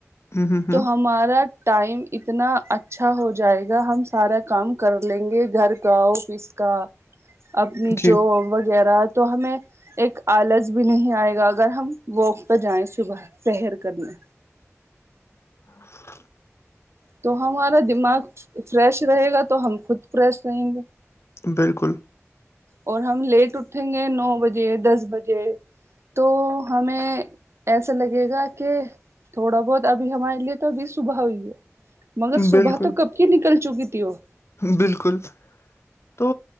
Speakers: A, on the left; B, on the right.
A: ہ ہ ہ
B: تو ہمارا ٹائم اتنا اچھا ہو جائے گا ہم سارا کام کر لیں گے گھر کا آفس کا
A: <inaudible>
B: اپنی
A: جی
B: جو وغیرہ تو ہمیں ایک آلس بھی نہیں آئے گا اگر ہم واک پہ جائیں صبح سہر کرنے
A: <inaudible>
B: تو ہمارا دماغ فریش رہے گا تو ہم خود فریش رہیں گے
A: بالکل
B: اور ہم لیٹ اٹھیں گے نو بجے دس بجے تو ہمیں ایسا لگے گا کہ تھوڑا بہت ابھی ہمارے لیے تو ابھی صبح ہوئی ہے مگر
A: بالکل
B: صبح تو کب کی نکل چکی تھی وہ
A: بالکل تو